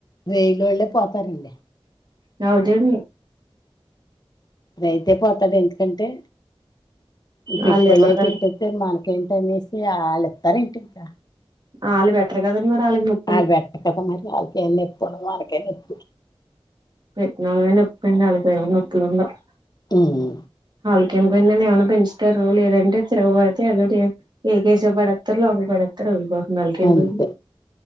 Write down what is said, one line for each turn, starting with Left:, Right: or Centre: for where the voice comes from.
Left: రైలోళ్ళే పోతారండి
Right: తౌసండే
Left: రైతే పోతాడు ఎందుకంటే ఈ
Right: వాళ్ళు
Left: పెట్టుబడులయి
Right: ఇవ్వరు
Left: అయి
Right: కదా
Left: పెట్టిత్తే మనకేంటనేసి ఆళ్లిత్తారేంటి ఇంక
Right: ఆళ్ళు బెట్టరు గదండి మరి ఆల్లక్ నొప్
Left: వాళ్ళు పెట్టరు కదా మరి ఆళ్ళకేం నొప్పున్డదు వాళ్కకే నొప్పి
Right: పెట్టినోళ్లమే నొప్పన్డి అల్లకేం నొప్పులుండవ్
Left: ఉమ్
Right: ఆళ్ళకెం పోయిందండి ఏమన్న పెంచుతారు లేదంటే తిరగబడితే ఏదోటి ఏకేశపు పడేత్తరు ఒకల్ పడేత్తరు ఒకళ్గో వాళ్లకేం
Left: అంతే
Right: పోయింది